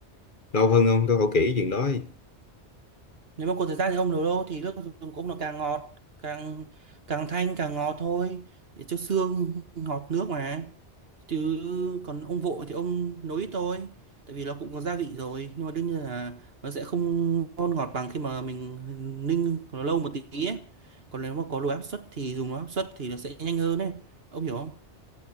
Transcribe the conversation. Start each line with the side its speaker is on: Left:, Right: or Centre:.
Left: lâu hơn không tôi hỏi kỹ chuyện đó ấy.
Right: nếu mà có thời gian thì ông nấu đâu thì nước dùng của ông nó càng ngọt càng càng thanh càng ngọt thôi để cho xương ngọt nước mà chứ còn ông vội thì ông nấu ít thôi tại vì nó cũng có gia vị rồi nhưng mà đương nhiên là nó sẽ không ngon ngọt bằng khi mà mình ninh nó lâu một tí ấy. còn nếu mà có đồ áp suất thì dùng đồ áp suất thì nó sẽ nhanh hơn ấy ông hiểu không